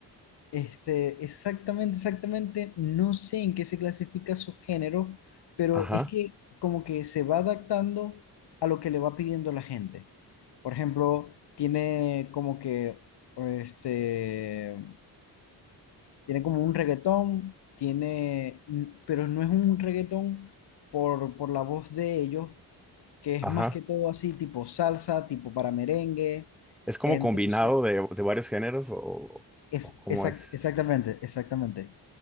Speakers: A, on the left (about 75°); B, in the centre.
A: Este, exactamente, exactamente, no sé en qué se clasifica su género, pero
B: Ajá,
A: es que como que se va adaptando a lo que le va pidiendo la gente. Por ejemplo, tiene como que, este, tiene como un reggaetón, tiene, n- pero no es un reggaetón por, por la voz de ellos, que es
B: ajá.
A: más que todo así, tipo salsa, tipo para merengue.
B: ¿Es como
A: Entonces,
B: combinado de, de varios géneros o,
A: es,
B: o cómo
A: exact-
B: es?
A: exactamente, exactamente.